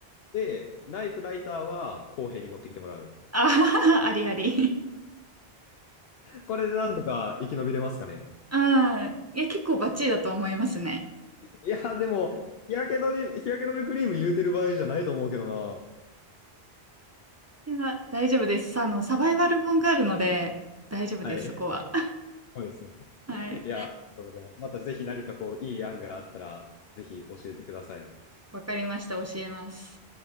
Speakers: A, on the left; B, on the right.
A: で、ナイフライターは公平に持ってきてもらう。
B: あははありあり。
A: これでなんとか生き延びれますかね。
B: あん。いや、結構バッチリだと思いますね。
A: いや、でも、日焼け止め、日焼け止めクリーム言うてる場合じゃないと思うけどな。
B: いや、大丈夫です。あの、サバイバル本があるので、大丈夫です、
A: はい。
B: そこは。
A: そうですね。
B: はい。
A: いや、ありがとうございます。またぜひ何かこう、いい案があったら、ぜひ教えてください。
B: わかりました。教えます。